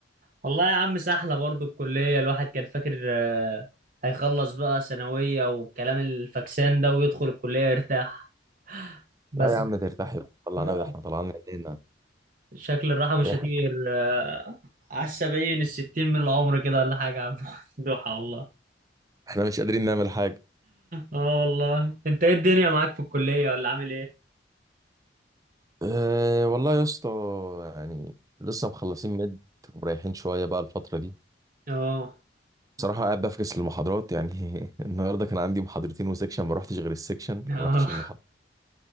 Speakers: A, on the right (about 45°); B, on the right (about 20°).
A: والله يا عم سحلة برضو الكلية الواحد كان فاكر آه، هيخلص بقى ثانوية والكلام الفاكسان ده ويدخل الكلية يرتاح بس
B: لا يا عم ترتاح يا عم، طلعنا
A: آه،
B: ده احنا طلعنا من هنا
A: شكل الراحة مش
B: إيه،
A: هتيجي غير آه، على السبعين الستين من العمر كده ولا حاجة يا عم <laughs> دوحة والله
B: احنا مش قادرين نعمل حاجه
A: اه والله انت ايه الدنيا معاك في الكلية ولا عامل ايه
B: أه والله يا اسطى يعني لسه مخلصين مد ومريحين شويه بقى الفتره دي
A: اه
B: بصراحه قاعد بفكس للمحاضرات يعني <laughs> النهارده كان عندي محاضرتين وسكشن ما رحتش غير السكشن
A: اه
B: ما رحتش المحاضره